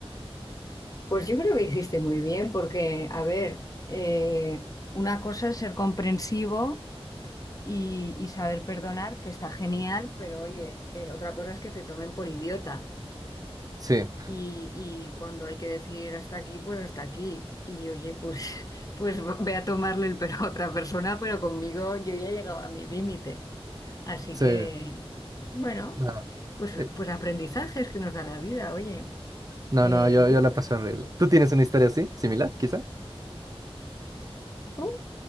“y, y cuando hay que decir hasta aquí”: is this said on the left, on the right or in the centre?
Left